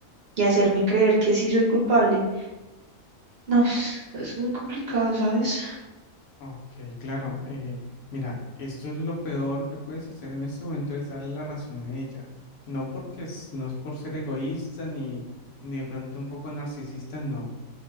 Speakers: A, on the right; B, on the left.
A: y hacerme creer que sí soy culpable. No, <sighs> es, es muy complicado, ¿sabes?
B: Ok, claro. eh, mira, esto es lo peor que puedes hacer en este momento es darle la razón a ella. No porque es- no es por ser egoísta ni, ni de pronto un poco narcisista, no.